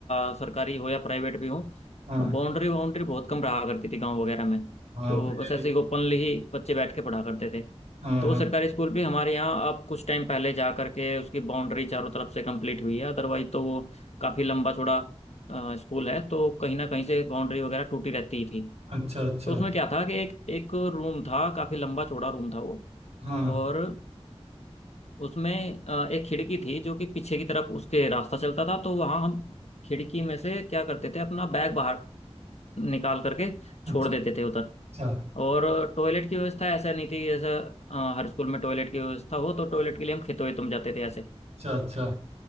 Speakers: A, on the left (about 75°); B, on the right (about 70°).
A: अ, सरकारी हो या प्राइवेट भी हो
B: हाँ
A: बाउंड्री बाउंड्री बहुत कम रहा करती थी गांव वगैरह में
B: हाँ
A: तो
B: पहले
A: बस ऐसे
B: नहीं।
A: ही ओपनली ही बच्चे बैठ के पढ़ा करते थे
B: हाँ
A: तो
B: हाँ
A: सरकारी स्कूल भी हमारे यहाँ अब कुछ टाइम पहले जा करके उसकी बाउंड्री चारों तरफ से कंप्लीट हुई है अदरवाइज तो वो काफी लंबा चौड़ा अ, स्कूल है तो कहीं ना कहीं से बाउंड्री वगैरह टूटी रहती ही थी
B: अच्छा अच्छा
A: तो उसमें क्या था कि एक एक रूम था काफी लंबा चौड़ा रूम था वो
B: हाँ
A: और उसमें अ, एक खिड़की थी जो कि पीछे की तरफ उसके रास्ता चलता था तो वहां हम खिड़की में से क्या करते थे अपना बैग बाहर निकाल करके
B: अच्छा
A: छोड़ देते थे उधर
B: अच्छा
A: और टॉयलेट की व्यवस्था ऐसा नहीं थी जैसे अ, हर स्कूल में टॉयलेट की व्यवस्था हो तो टॉयलेट के लिए हम खेतों वेतों में जाते थे ऐसे
B: अच्छा अच्छा